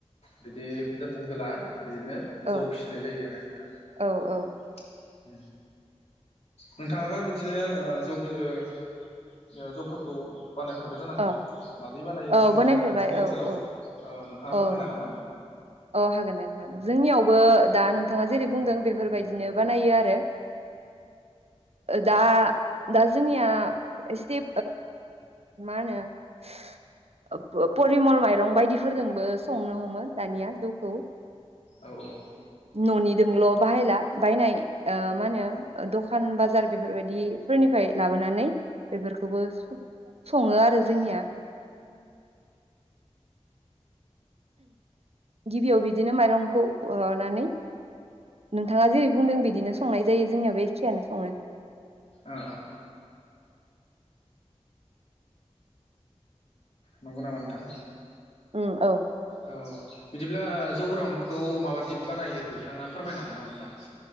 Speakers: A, on the left; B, on the right.
A: बिदि दोनबोला बेनो
B: औ
A: जौ फिसिनाय जायो आरो नोंथां। ह
B: औ
A: <inaudible> नोंथाङाबो बिदिनो जौ बियो बियो जौफोरखौ बानायफेरबाय जानांगौ
B: औ
A: मादि बानायो नोंसनिया
B: औ बानायफेरबाय
A: नोंसोरनि
B: औ
A: ओनसोलाव
B: औ
A: फोरमायनो हागोन
B: औ
A: गोन ना?
B: औ हागोन दे नोंथां जोंनियावबो दा नोंथाङा जेरै बुंदों बेफोरबायदिनो बानायो आरो द दा जोंनिया एसे मा होनो परिमल माइरं बायदिफोरजोंबो संनो हमो दानिया। जौखौ
A: औ औ
B: ननिजोंलक्षबाहायला बायनाय मा होनो दखान बाजार बेफोरबायदि फोरनिफ्राय लाबोनानै बेफोरखौबो सङो आरो जोंनिया। गिबियाव बिदिनो माइरंखौ हनानै नोंथाङा जेरै बुंदों बिदिनो संनाय जायो जोंनिययावाबो एखेयानो सङो।
A: ओ नंगौ नामा नोंथां
B: ओम औ
A: औ बिदिब्ला जौग्रनखौ माबादि बानायो नोंथाङा फोरमायनो हागोन नामा होनबा?